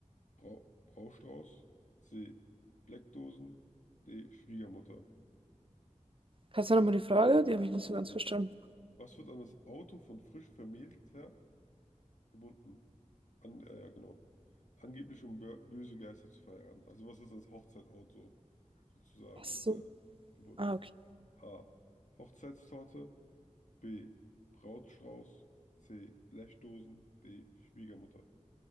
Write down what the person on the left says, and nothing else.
Bra Braustrauß. C. Bleckdosen. D. Schwiegermutter.
Ja.
Was wird an das Auto von frisch Vermählter gebunden? An, äh, ja, genau. Angeblich, um bö- böse Geister zu verheiraten. Also, was wird ans Hochzeitauto sozusagen
äh, gebunden.
A. Hochzeitstorte. B. Brautstrauß. C. Blechdosen. D. Schwiegermutter.